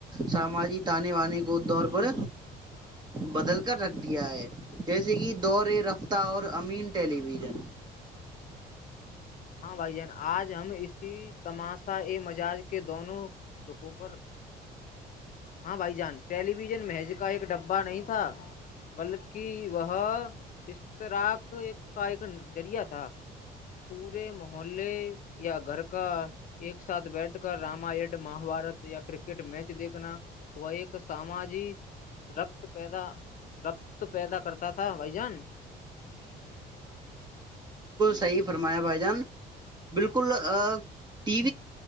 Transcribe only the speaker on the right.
سماجی تانے وے کو طور پر بدل کر رکھ دیا ہے جیسے کہ دور رفتہ اور امین ٹیلی ویژن
صی فرمایا بھائی جان بالکل ٹی